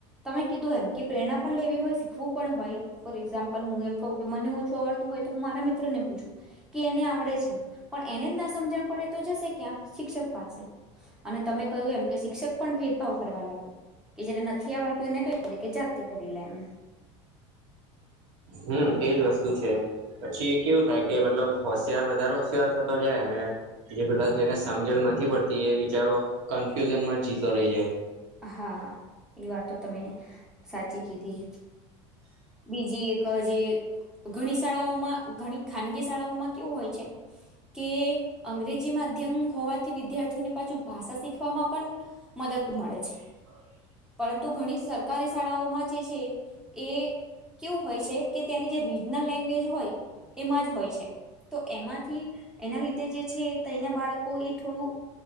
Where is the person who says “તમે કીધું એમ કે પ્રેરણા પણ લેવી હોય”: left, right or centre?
Centre